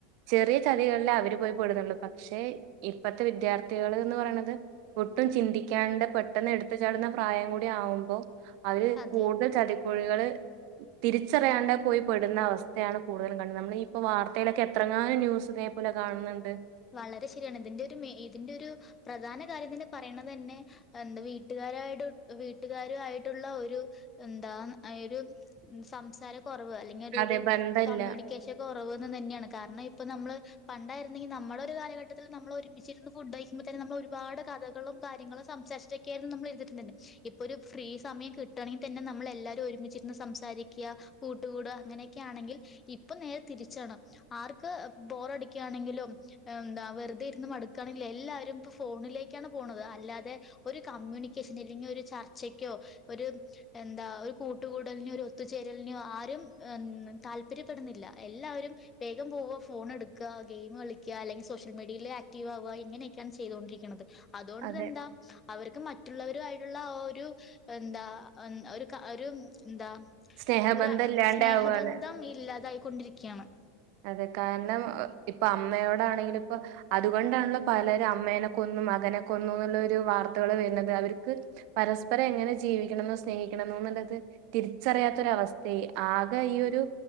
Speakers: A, on the right (about 55°); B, on the left (about 25°).
A: ചെറിയ ചതികളിൽ അവര് പോയി പെടുന്നുള്ളൂ പക്ഷേ ഇപ്പത്തെ വിദ്യാർത്ഥികൾ എന്ന് പറയണത് ഒട്ടും ചിന്തിക്കാണ്ട പെട്ടെന്ന് എടുത്തു ചാടുന്ന പ്രായം കൂടി ആവുമ്പോ അവര്
B: അതെ
A: കൂടുതൽ ചതിക്കുഴികള് തിരിച്ചറിയാണ്ടെ പോയി പെടുന്ന അവസ്ഥയാണ് കൂടുതലും കാണണം നമ്മള ഇപ്പോ വാർത്തയിലൊക്കെ എത്രങ്ങാലും ന്യൂസ് ഇതേപോലെ കാണുന്നുണ്ട്
B: വളരെ ശരിയാണ് ഇതിന്റെ ഒരു മേ ഇതിന്റെ ഒരു പ്രധാന കാര്യം തന് പറയണ തന്നെ എന്താ വീട്ടുകാരായിട്ട് വീട്ടുകാരുയിട്ടുള്ള ഒരു എന്താ ആ ഒരു സംസാര കുറവ് അല്ലെങ്കിലൊരു
A: അതെ ബന്ധല്ല
B: കമ്മ്യൂണിക്കേഷൻ റന്ന് തന്നെയാണ് കാരണം ഇപ്പൊ നമ്മള് പണ്ടായിരുന്നെങ്കി ന - നമ്മുടെ ഒരു കാലഘട്ടത്തിൽ നമ്മൾ ഒരുമിച്ചിരുന്ന് ഫുഡ് കഴിക്കുമ്പോ തന്ന നമ്മള ഒരുപാട് കഥകളും കാര്യങ്ങളും സംസാരിച്ച ട്ട് കേരള നമ്മ എഴുതിട്ടുണ്ട് <unintelligible> ഇപ്പൊ ഒരു ഫ്രീ സമയം കിട്ടയാണെങ്കിൽ തന്നെ നമ്മൾ എല്ലാരും ഒരുമിച്ചിരുന്ന് സംസാരിക്കുക കൂട്ടുകൂടുക അങ്ങനെയൊക്കെ ആണെങ്കിൽ ഇപ്പൊ നേരെ തിരിച്ചാണ് ആർക്ക് ബോറടിക്കുകയാണെങ്കിലും എന്താ വെറുതെ ഇരുന്ന് മടുക്കുകയാണെങ്കിൽ എല്ലാരും ഇപ്പൊ ഫോണിലേക്കാണ് പോണുന്നത് അല്ലാതെ ഒരു കമ്മ്യൂണിക്കേഷൻ അല്ലെങ്കിൽ ഒരു ചർച്ചയ്ക്കോ ഒരു എന്താ ഒരു കൂട്ടുകൂടലിനെയോ ഒരു ഒത്തുചേരലിനെയോ ആരും താല്പര്യപ്പെടുന്നില്ല എല്ലാവരും വേഗം പോവുക ഫോൺ എടുക്കുക ഗെയിം കളിക്ക അല്ലെങ്കിൽ സോഷ്യൽ മീഡിയയിൽ ആക്റ്റീവ് ആവുക ഇങ്ങനെയൊക്കെയാണ് ചെയ്തുകൊണ്ടരിക്കുന്നത് അതുകൊണ്ടതെന്താ
A: അതെ
B: അവർക്ക് മറ്റുള്ളവരു ആയിട്ടുള്ള ആ ഒരു എന്താ ഒരു ഒരു എന്താ
A: സ്നേഹബന്ധം
B: ഒര
A: ഇല്ലാണ്ടാവാണ്.
B: സ്നേഹബന്ധം ഇല്ലാതായിക്കൊണ്ടിരിക്കുകയാണ്
A: അതെ കാരണം ഇപ്പൊ അമ്മയോടാണെങ്കില ഇപ്പൊ അതുകൊണ്ടാണല്ലോ പലരും അമ്മേനെ കൊന്നും മകനെ കൊന്നും എന്നുള്ള ഒരു വാർത്തകള് വരുന്നത് അവർക്ക് പരസ്പരം എങ്ങനെ ജീവിക്കണം എന്നോ സ്നേഹിക്കണം എന്നോ ഉള്ളത് തിരിച്ചറിയാത്തൊരവസ്ഥയ ആകെ ഈ ഒരു